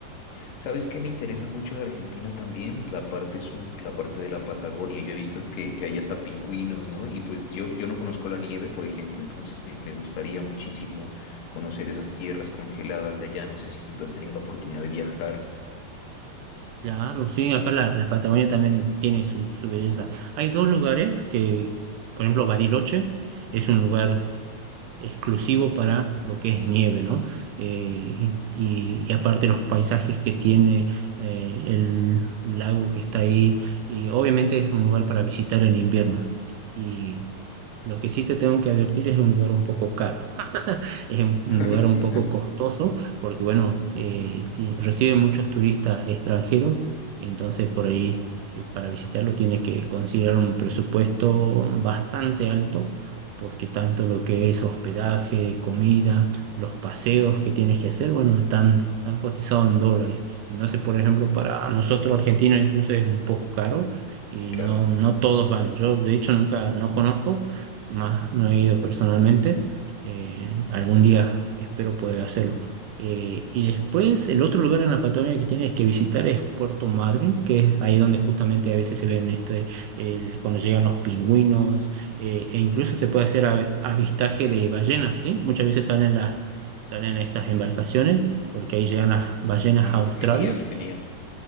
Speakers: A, on the left; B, on the right.
A: ¿Sabes qué me interesa mucho de Argentina también? La parte sur, la parte de la Patagonia. Yo he visto que, que hay hasta pingüinos, ¿no? Y pues yo, yo no conozco la nieve, por ejemplo, entonces me, me gustaría muchísimo conocer esas tierras congeladas de allá. No sé si tú has tenido la oportunidad de viajar.
B: Claro, sí, acá la, la Patagonia también tiene su, su belleza. Hay dos lugares que, por ejemplo, Bariloche es un lugar exclusivo para lo que es nieve, ¿no? Eh, y, y aparte los paisajes que tiene eh, el lago que está ahí, y obviamente es un lugar para visitar en invierno. Y lo que sí te tengo que advertir es un lugar un poco caro, <laughs> es un, un
A: <laughs>
B: lugar
A: Sí,
B: un
A: sí,
B: poco costoso porque, bueno, eh, ti- recibe muchos turistas extranjeros, entonces por ahí eh, para visitarlo tienes que considerar un presupuesto bastante alto porque tanto lo que es hospedaje, comida, los paseos que tienes que hacer, bueno, están, están cotizados en dólares. Entonces, por ejemplo, para nosotros argentinos incluso es un poco caro y
A: claro.
B: no, no todos van. Yo, de hecho, nunca, no conozco más no he ido personalmente. Eh, algún día espero poder hacerlo. Eh, y después, el otro lugar en la Patagonia que tienes que visitar es Puerto Madryn, que es ahí donde justamente a veces se ven este, el- cuando llegan los pingüinos, eh, e incluso se puede hacer ave- avistaje de ballenas, ¿sí? Muchas veces salen las, salen estas embarcaciones, porque ahí llegan las ballenas
A: Uf,
B: australes
A: genial, genial.